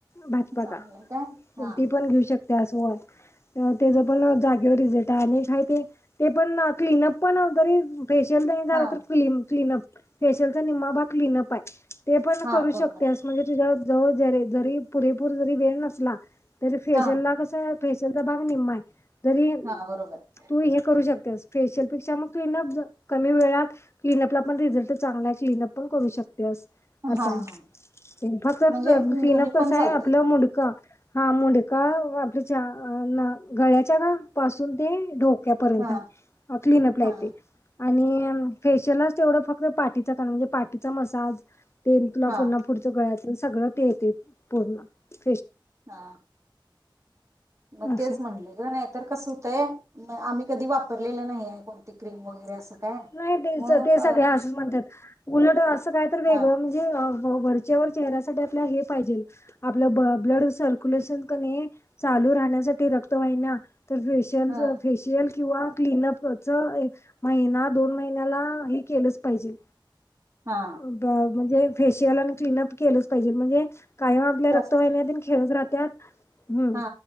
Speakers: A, on the left (about 30°); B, on the right (about 35°).
A: भाजपाचा
B: चांगलं काय हा
A: ती पण घेऊ शकते. त्यासोबत त्याच पण जागेवर रिझल्ट आणि एक आहे ते ते पण क्लीनअप पण जरी फेशियल नाही झाला
B: हा
A: तर क्ली क्लीनअप फेशियलचा निम्मा भाग क्लीनअप हाय. ते पण
B: हा
A: करू शकतेस
B: बरोबर आहे
A: म्हणजे तुझ्या <inaudible> जरी पुरेपूर जरी वेळ नसला तरी फेशल
B: हा
A: ला कसं फेशल चा भाग निम्मा हाय. तरी
B: हा बरोबर आहे
A: तू हे करू शकतेस फेशियलपेक्षा मग क्लीनअप कमी वेळात क्लीनअपला पण रिझल्ट चांगला आहे. क्लीनअप पण करू शकते अस असं
B: हा
A: आहे
B: हा
A: ते फक्त
B: म्हणजे
A: क्लीन
B: दोन्ही
A: अप कसं
B: पण चालतंय
A: आहे आपलं मुड हा मुंडकाल्याच्या गळ्याच्या पासून ते ढोक क्या पर्यंत
B: हा
A: हाय क्लीन अप ला
B: हा
A: येतंय आणि फेशियललाच तेवढं फक्त पाठीचा म्हणजे पाठीचा मसाज ते तुला
B: हा
A: पुन्हा पुढचं करायचं सगळं ते येतय पूर्ण ते
B: हा मग
A: असं
B: तेच
A: आहे
B: म्हटल ग नाहीतर कस हो ते आम कधी वापरलेलं नाही आहे कोणती क्रीम वगैरे असं काय
A: नाही तेच
B: मग
A: ते
B: प-
A: सगळे
B: म्हणजे
A: असं म्हणतात उलट असं काय तर वेगळं
B: हा
A: म्हणजे वरच्यावर चेहऱ्यासाठी आपल्या हे पाहिजे आपलं ब्लड सर्क्युलेशन कनी चालू राहण्यासाठी रक्तवाहिन्या तर फेशियल
B: हा
A: फेशियल किंवा क्लीनअपच एक महिना दोन महिन्याला हे केलंच पाहिजे.
B: हा
A: ब म्हणजे फेशियल आणि क्लिनअप केलंच पाहिजे म्हणजे कायम आपल्या
B: त्यासाठी
A: रक्तवाहिन्या तन खेळत राहत त्यात हम्म
B: हा